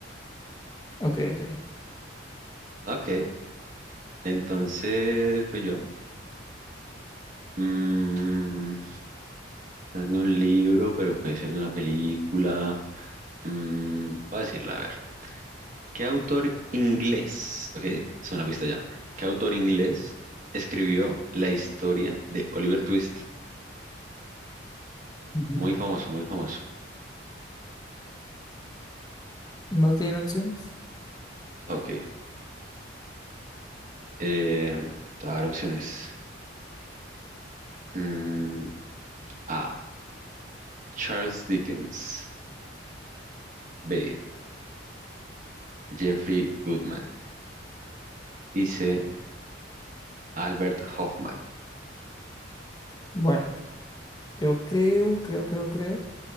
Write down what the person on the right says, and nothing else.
Ok, entonces, pues yo. Mm, es de un libro, pero puede ser de una película. Mm, voy a decirla, a ver. ¿Qué autor inglés? Ok, es una pista ya. ¿Qué autor inglés escribió la historia de Oliver Twist?
Muy famoso, muy famoso.
Ok. Eh, te voy a dar opciones. Mm, A. Charles Dickens. B. Jeffrey Goodman. Y C. Albert Hoffman.